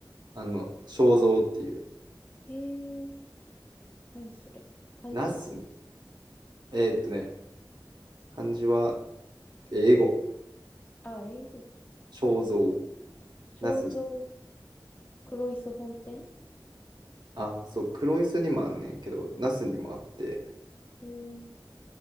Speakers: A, on the right; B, on the left.
A: あの、肖像っていう。
B: へえ、何それ。漢字は、
A: ナスね、えーっとね、漢字は英語。
B: あ、英語。
A: 肖像。
B: 商業
A: ナス、
B: 黒磯本店
A: あ、そう、黒磯にもあんねんけど、ナスにもあって、
B: へえ、